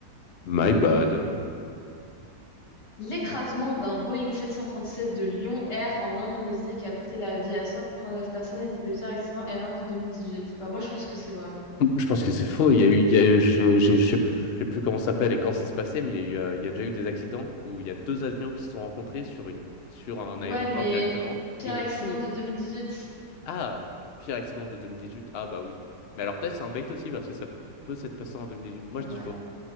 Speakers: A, on the left; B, on the left.
A: My
B: Ok.
A: bad.
B: L'écrasement d'un Boeing 737 de Lyon Air en Indonésie qui a coûté la vie à 189 personnes était le pire accident aérien de 2018. Bah, moi, je pense que c'est vrai.
A: Je pense que c'est faux. Il y a eu, il y a- j'ai, j'ai, je sais plus je sais plus comment ça s'appelle et quand ça s'est passé, mais il y a eu, euh, il y a déjà eu des accidents où il y a deux avions qui se sont rencontrés sur une, sur un
B: Ouais,
A: aéroport
B: mais
A: directement
B: pire
A: et où
B: accident
A: tout
B: de 2018?
A: Ah, pire accident de 2018. Ah bah oui. Mais alors peut-être c'est un bait aussi parce que ça peut s'être passé en 2018. Moi
B: Ouais.
A: je dis faux.